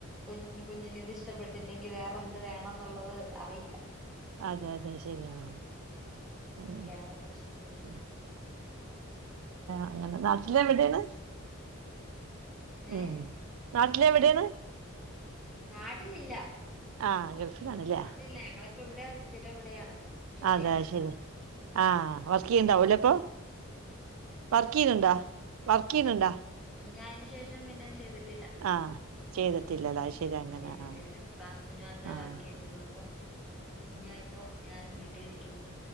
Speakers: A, in the centre; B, on the right.
A: കുഞ് കുഞ്ഞിന് ഇത് ഇഷ്ടപ്പെട്ടില്ലെങ്കിൽ വേറെ എന്ത് വേണം എന്നുള്ളത് അറിയില്ല
B: അതെ അതെ <unintelligible>
A: ഉം
B: <unintelligible>
A: അതൊക്കെയാണ് പ്രശ്നങ്ങള്
B: അങ്ങനെ നാട്ടില എവിടൊണ്
A: ഏ
B: ഉം നാട്ടിലെവിടേണ്
A: നാട്ടിലില്ല
B: ആഗൾഫ് അതാണ്ലെ
A: നാട്ടിലില്ല ഞങ്ങളിപ്പോ ഇവിടെ സ്ഥിരം ഇവിടെയാണ് ജോലി
B: അതെ
A: ചെയ്യുന്നിടത്താണ്
B: ശരി
A: ഉം
B: ആ വർക്ക് യിണ്ടോല് പൊ വർക്കിയിണിണ്ട വർക്കിയിണിണ്ട
A: ഞ അയിന് ശേഷം പിന്നെ ചെയ്തിട്ടില്ല
B: ആഹ് ചെയ്തിട്ടില്ലല്ലോ അത് ശരി അങ്ങനെ
A: ചെയ്തിട്ടില്ലപാസ്റ്റ്ന്
B: ആഹ്
A: മാത്രേ
B: ആഹ്
A: വർക്ക് ചെയ്യുന്നുള്ളൂ അപൊ കുഞ്ഞായപ്പോ ഞാൻ വീട്ടിൽ ഇരിക്കുന്നു